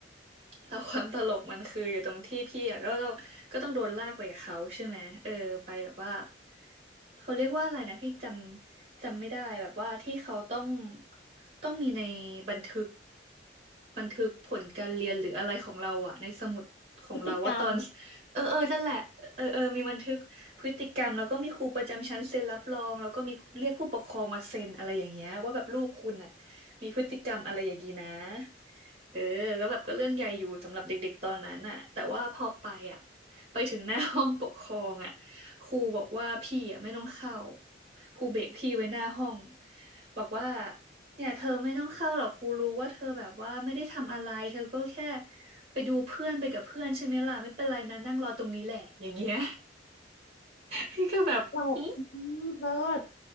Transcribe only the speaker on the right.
แล้วความตลกมันคืออยู่ตรงที่พี่อะก็ต้องก็ต้องโดนลากไปกับเขาใช่ไหมเออไปแบบว่าเขาเรียกว่าอะไรนะพี่จำจำไม่ได้แบบว่าที่เขาต้องต้องมีในบันทึกบันทึกผลการเรียนหรืออะไรของเราอะในสมุดของเราว่าตอน
เออเออนั่นแหละเออเออมีบันทึก พฤติกรรมแล้วก็มีครูประจำชั้นเซ็นรับรองแล้วก็มีเรียกผู้ปกครองมาเซ็นอะไรอย่างเงี้ยว่าแบบลูกคุณอ่ะมีพฤติกรรมอะไรอย่างงี้นะเออก็แบบก็เรื่องใหญ่อยู่สำหรับเด็กๆตอนนั้นอ่ะแต่ว่าพอไปอ่ะไปถึงหน้าห้องปกครองอ่ะครูบอกว่าพี่อ่ะไม่ต้องเข้าครูเบรกพี่ไว้หน้าห้องบอกว่าเนี่ยเธอไม่ต้องเข้าหรอกครูรู้ว่าเธอแบบว่าไม่ได้ทำอะไรเธอก็แค่ไปดูเพื่อนไปกับเพื่อนใช่ไหมล่ะไม่เป็นไรนะนั่งรอตรงนี้แหละอย่างเงี้ย พี่ก็แบบหึ